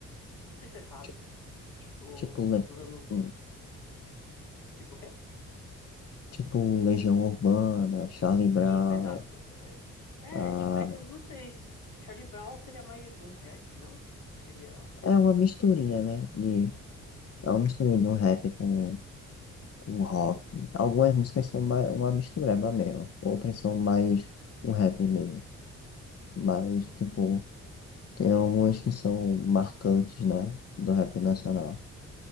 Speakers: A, on the left; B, on the left.
A: Não sei se você sabe.
B: Ti-
A: Tipo,
B: Tipo, Le-
A: dos anos. do-
B: hum,
A: Tipo, o quê?
B: tipo Legião Urbana, Charlie Brown.
A: Isso, exato. É, ti- é,
B: ah,
A: tipo, é que eu não sei. Charlie Brown seria mais um rap, não? Seria.
B: é uma misturinha, né? De, é uma misturinha de um rap com, com rock. Algumas músicas são mais, uma mistureba mesmo. Outras são mais um rap mesmo. Mas, tipo. Tem algumas que são marcantes, né? Do rap nacional,